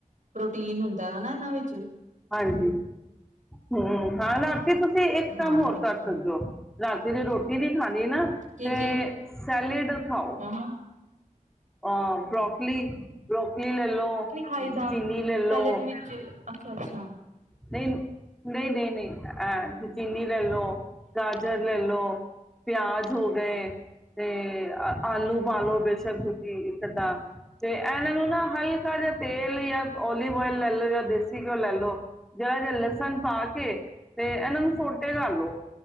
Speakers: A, on the right (about 65°); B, in the centre.
A: ਪ੍ਰੋਟੀਨ ਹੁੰਦਾ ਹਨਾ ਵਿੱਚ
B: ਹਾਂਜੀ, ਹੂੰ, ਹਾਂ ਰਾਤੀ ਤੂ ਤੁਸੀਂ ਇੱਕ
A: ਹਾਂ
B: ਕੰਮ ਹੋਰ
A: ਬਿਲਕੁਲ
B: ਕਰ ਸਕਦੇ ਓ, ਰਾਤੀ ਦੀ ਰੋਟੀ ਨੀ ਖਾਨੀ ਨਾ
A: ਕੀ-ਕੀ
B: ਤੇ ਸੈਲੇਡ ਖਾਓ।
A: ਹਾਂ-ਹਾਂ
B: ਅ ਬ੍ਰੋਕਲੀ ਬੋ੍ ਕਲੀ ਲਲੋ,
A: ਨੀ ਖਾਈ ਦਾ
B: ਚੀਨੀ ਲੈ ਲੋ।
A: ਸੈਲਡ ਵਿੱਚ ਅੱਛਾ-ਅੱਛਾ
B: ਨਈ, ਨਈ ਨਈ ਨਈ, ਐ ਚੀਨੀ ਲੈ ਲੋ, ਗਾਜਰ ਲੈ ਲੋ, ਪਿਆਜ ਹੋ ਗਏ, ਤੇ ਆਲੂ ਪਾ ਲੋ ਬੇਸ਼ੱਕ ਤੁਸੀ ਇੱਕ ਅੱਦਾ, ਤੇ ਏਨਾਂ ਨੂੰ ਨਾ ਹਲਕਾ ਜੇਆ ਤੇਲ ਜਾਂ ਓਲੀਵ ਓਇਲ ਲੈ ਲੋ ਜਾਂ ਦੇਸੀ ਘਿਓ ਲੈ ਲਓ। ਜ਼ਰਾ ਜਾ ਲਸਨ ਪਾ ਕੇ ਤੇ ਏਨਾਂ ਨੂੰ ਸੋਟੇ ਕਰ ਲੋ।